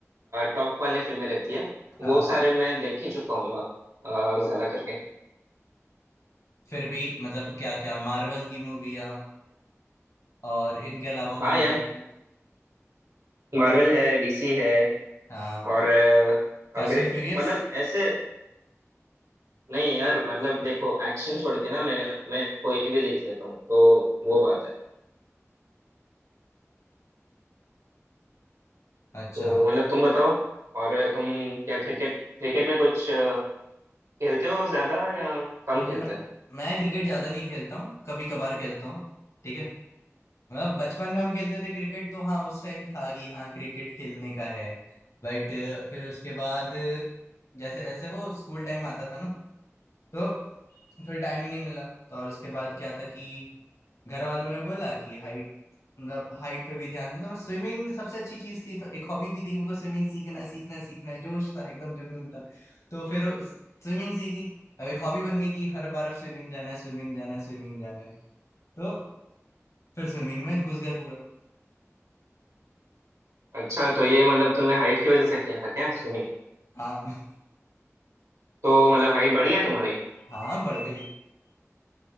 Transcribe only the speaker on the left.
हाँ
फिर भी मतलब क्या क्या मार्वल की मूवियाँ और इनके अलावा हाँ
कौन
कौन सी
हाँ
फास्ट
एंड फ्यूरियस
अच्छा
न-
मैं,
मैं क्रिकेट ज्यादा नहीं खेलता हूँ कभी कभार खेलता हूँ ठीक है मतलब बचपन में हम खेलते थे क्रिकेट तो हाँ उस टाइम था कि हाँ क्रिकेट खेलने का है बट फिर उसके बाद जैसे ऐसे वो स्कूल टाइम आता था ना तो फिर टाइम ही नहीं मिला तो और उसके बाद क्या था कि घर वालों ने बोला कि हाइट मतलब हाइट पे भी ध्यान देता मैं स्विमिंग सबसे अच्छी चीज थी तो एक हॉबी भी थी कि मेरे को स्विमिंग सीखना है सीखना है सीखना है जोश था एकदम जुनून था तो फिर स्विमिंग सीखी अब एक हॉबी बन गई कि हर बार अब स्विमिंग जाना है स्विमिंग जाना है स्विमिंग जाना है तो फिर स्विमिंग में घुस गए पूरा
हाँ
हाँ बढ़ गई